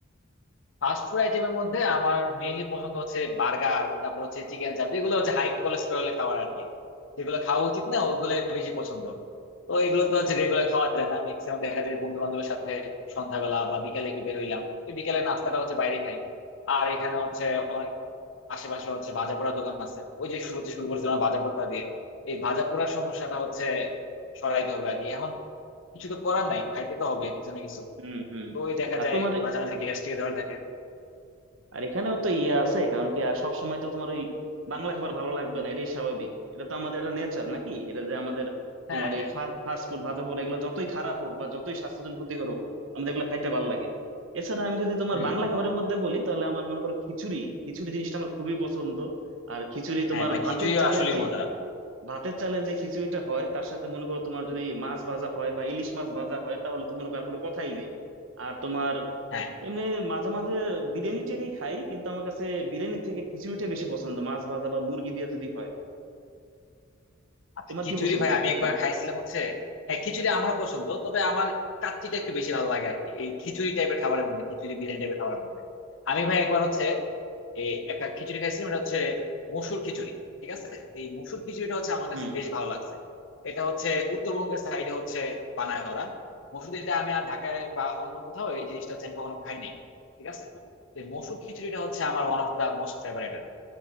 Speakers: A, on the left; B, on the right.
A: ফাস্ট ফুড আইটেমের মধ্যে আমার মেইনলি পছন্দ হচ্ছে বার্গার তারপর হচ্ছে চিকেন চাপ যেগুলো হচ্ছে হাই কোলেস্টেরলের খাবার আর কি যেগুলো খাওয়া উচিত না ওগুলো বেশি পছন্দ তো এগুলো তো হচ্ছে রেগুলার খাওয়া যায় না ম্যাক্সিমাম দেখা যায় বন্ধু বান্ধবের সাথে সন্ধ্যাবেলা বা বিকালে একটু বের হইলাম এই বিকালে নাস্তাটা হচ্ছে বাইরে খাই আর এখানে হচ্ছে অনেক আশেপাশে হচ্ছে ভাজা পোড়া দোকান আছে ওই যে শুরুতে শুরু করছিলাম ভাজা পোড়া দিয়ে এই ভাজা পোড়ার সমস্যাটা হচ্ছে সরাইতে হবে আর কি এখন কিছু তো করার নাই খাইতে তো হবে কিছু না কিছু
B: হুম হুম
A: তো ওই দেখা
B: আর
A: যায়
B: তোমার
A: মাঝে মাঝে গ্যাস্ট্রিকে ধরে থাকে
B: আর এখানেও তো ইয়ে আছে কারণ কি আর সব সময় তো তোমার ওই বাংলা খাবার ভালো লাগবে না এটাই স্বাভাবিক এটা তো আমাদের এটা নেচার নাকি এটা যে আমাদের
A: হ্যাঁ
B: তোমার
A: হ্যাঁ
B: এই ফাস্ট ফুড ভাজা পোড়া এগুলো যতই খারাপ হোক বা যতই স্বাস্থ্যের জন্য ক্ষতিকর হোক আমাদের এগুলো খাইতে ভালো লাগে এছাড়া আমি যদি তোমার
A: হুম
B: বাংলা
A: হুম।
B: খাবারের মধ্যে বলি তাহলে আমার মনে করো খিচুড়ি খিচুড়ি জিনিসটা আমার খুবই পছন্দ আর খিচুড়ি তোমার
A: হ্যাঁ ভাই
B: ভাতের
A: খিচুড়ি
B: চালের
A: আসলে
B: যেই
A: মজা
B: ভাতের চালের যে খিচুড়িটা হয় তার সাথে মনে করো তোমার যদি মাছ ভাজা হয় বা ইলিশ মাছ ভাজা হয় তাহলে তো মনে করো আর কোনো কথাই নেই আর তোমার
A: হ্যাঁ
B: এমনি মাঝে মাঝে বিরিয়ানি টিরিয়ানি খাই কিন্তু আমার কাছে বিরিয়ানির থেকে খিচুড়িটা বেশি পছন্দ মাছ ভাজা বা মুরগি দিয়ে যদি হয়
A: আর
B: তোমার
A: খিচুড়ি
B: কি পছন্দ
A: ভাই
B: এক্ষেত্রে
A: আমি একবার খাইছিলাম হচ্ছে হ্যাঁ খিচুড়ি আমারও পছন্দ তবে আমার কাচ্চিটা একটু বেশি ভালো লাগে আর কি এই খিচুড়ি টাইপের খাবারের মধ্যে খিচুড়ি বিরিয়ানি টাইপের খাবারের মধ্যে আমি ভাই একবার হচ্ছে এই একটা খিচুড়ি খাইছিলাম এটা হচ্ছে মসুর খিচুড়ি ঠিক আছে এই মসুর খিচুড়িটা হচ্ছে আমার
B: হুম
A: কাছে বেশ ভালো লাগছে এটা হচ্ছে উত্তরবঙ্গের সাইডে হচ্ছে বানায় ওরা মসুর এটা আমি আর ঢাকায় বা অন্য কোথাও এই জিনিসটা হচ্ছে আমি কখনো খাই নাই ঠিক আছে তো এই মসুর খিচুড়িটা হচ্ছে আমার one of the most favourite